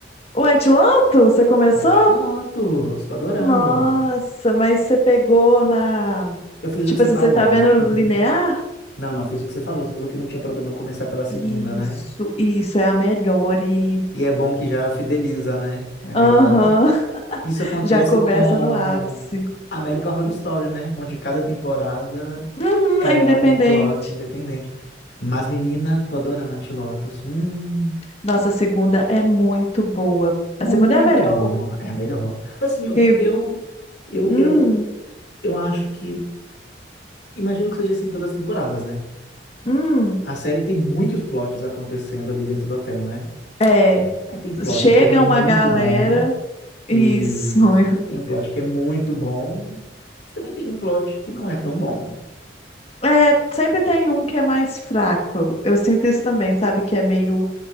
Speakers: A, on the left; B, on the left.
A: White Lotus, você começou?
B: White Lotus, tô adorando.
A: Nossa, mas você pegou na.
B: Eu fiz
A: Tipo
B: o que você
A: assim,
B: falou.
A: você tá vendo
B: Eu... Uhum.
A: linear?
B: Não, não, fiz o que você falou. Você falou que não tinha problema começar pela segunda,
A: Isso,
B: né?
A: isso é a melhor. E.
B: E é bom que já fideliza, né? É a
A: Aham,
B: melhor. Isso
A: <laughs>
B: acontece
A: já começa
B: com
A: no ápice.
B: American Horror Story, né? Onde cada temporada
A: Uhum,
B: é
A: é independente.
B: um plot independente. Mas, menina, tô adorando White Lotus. Hum,
A: Nossa, a segunda é muito boa.
B: muito
A: A segunda é a melhor.
B: boa. É a melhor. Assim, eu...
A: Que,
B: eu- eu,
A: hum,
B: eu, Eu acho que. Imagino que seja assim todas as temporadas, né?
A: hum,
B: A série tem muitos plots acontecendo ali dentro do hotel, né?
A: é.
B: Aí tem plot
A: Chega
B: que é muito
A: uma galera.
B: bom, e
A: Isso. <laughs>
B: tem um plot que é muito bom, mas também tem um plot que não é tão bom.
A: É, sempre tem um que é mais fraco. Eu sinto isso também, sabe? Que é meio.